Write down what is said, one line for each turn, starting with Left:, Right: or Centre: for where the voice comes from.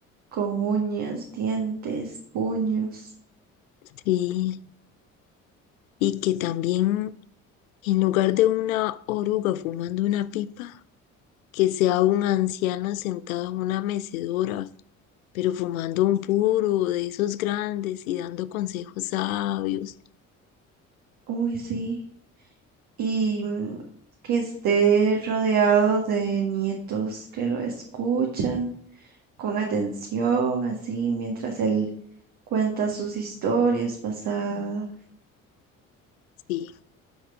Right: con uñas, dientes, puños.
Left: sí, y que también en lugar de una oruga fumando una pipa, que sea un anciano sentado en una mecedora, pero fumando un puro de esos grandes y dando consejos sabios.
Right: Uy, sí. Y mm, que esté rodeado de nietos que lo escuchan con atención, así mientras él Cuenta sus historias pasadas.
Left: Sí,